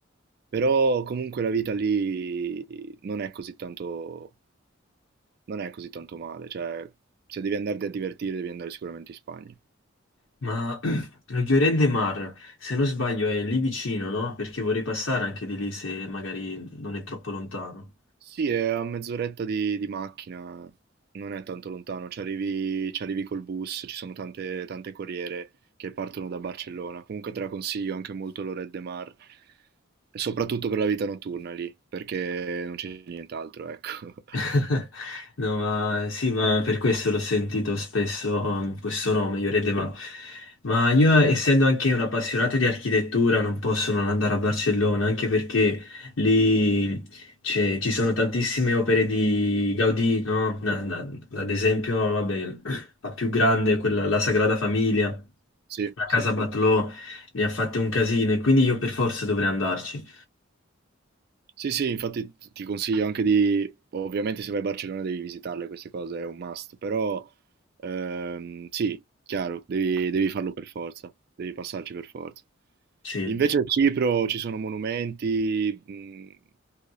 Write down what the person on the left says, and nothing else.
Ma <clears throat> lo Lloret de Mar, se non sbaglio, è lì vicino, no? Perché vorrei passare anche di lì se magari non è troppo lontano.
<laughs> No, ma sì, ma per questo l'ho sentito spesso, um, questo nome, Llorente, ma, ma io essendo anche un appassionato di architettura non posso non andare a Barcellona, anche perché lì c'è- ci sono tantissime opere di Gaudì, no? Na- na- ad esempio, vabbè, <clears throat> la più grande, quella, la Sagrada Famiglia,
la Casa
Batlló, ne ha fatte un casino e quindi io per forza dovrei andarci.
Sì.